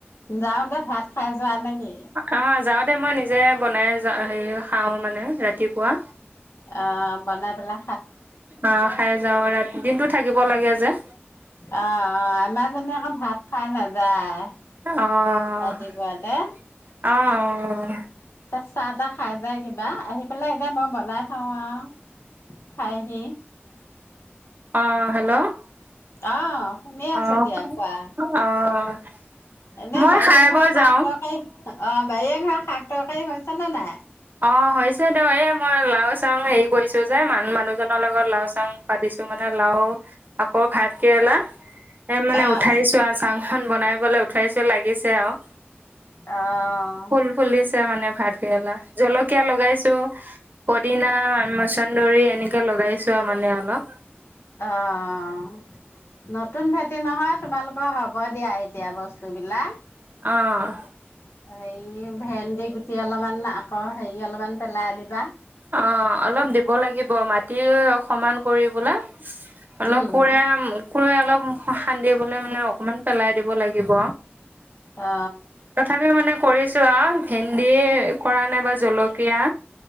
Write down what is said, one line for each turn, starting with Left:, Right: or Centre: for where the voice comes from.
Left: যাওতে ভাত খাই যোৱা নেকি?
Right: অহ, যাওঁতে মই নিজে বনাই হেৰি খাও মানে ৰাতিপুৱা।
Left: অহ, বনাই পেলা
Right: আহ খাই যাওঁ ৰাতি দিনটো থাকিব লাগে যে।
Left: অহ - অহ আমাৰ জনে আকৌ ভাত খাই নাযায়।
Right: অহ-অহ-অহ
Left: ৰাতিপুৱাতে। তাত চাহ তাহ খাই যায় কিবা আহি পেলাই এতিয়া মই বনাই থও আৰু খাইহি।
Right: অহ, হেল্ল',
Left: অহ, শুনি আছে
Right: অ',
Left: দিয়া কোৱা
Right: অ',
Left: এনে
Right: মই
Left: বাৰী
Right: খাই
Left: এঘৰ
Right: বৈ
Left: শাক
Right: যাওঁ।
Left: তৰকাৰী অহ, বাৰীয়ে ঘৰ শাক তৰকাৰী হৈছে নে নাই?
Right: অহ, হৈছে দেও এই মই লাও চাং হেৰি কৰিছোঁ যে মান মানুহজনৰ লগত লাও চাং পাতিছো মানে লাও আকৌ ভাত কেৰেলা। এ মানে
Left: অ'
Right: উঠাইছো আৰু চাং খন বনাই। <unintelligible> উঠাইছে লাগিছে আৰু।
Left: অ'
Right: ফুল ফুলিছে মানে ভাতকেৰেলাৰ। জলকিয়া লগাইছো পদিনা মচন দৰি এনেকে লগাইছো। আৰু মানে অলপ
Left: অহ, নতুন ভেটি নহয় তোমালোকৰ হ'ব দিয়া এতিয়া বস্তু বিলাক।
Right: অহ,
Left: এই ভেন্দি গুটি অলপমান আকৌ হেৰি অলপমান পেলাই দিবা।
Right: অ আলম দিব লাগে। ব মাটি। সমান কৰিলে অলপ
Left: উম
Right: কোৰে কোৰে অলপ। খান্দিবলৈ মানে অকমান। পেলাই দিব লাগিব
Left: অ
Right: তথাপি মানে কৰিছো। ভেন্দি কৰা নাই বা জলক। কয়া